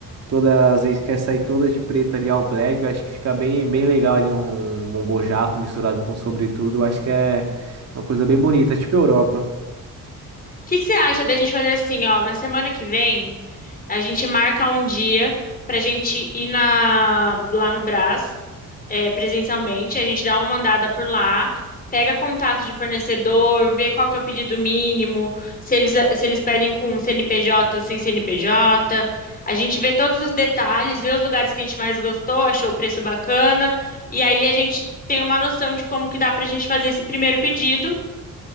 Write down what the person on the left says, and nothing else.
que que você acha da gente fazer assim, ó, na semana que vem? A gente marca um dia pra gente ir na, lá no Brás, é, presencialmente. A gente dá uma andada por lá, pega contato de fornecedor, vê qual que é o pedido mínimo, se eles, se eles pedem com CNPJ ou sem CNPJ. A gente vê todos os detalhes, vê os lugares que a gente mais gostou, achou o preço bacana, e aí a gente tem uma noção de como que dá pra gente fazer esse primeiro pedido.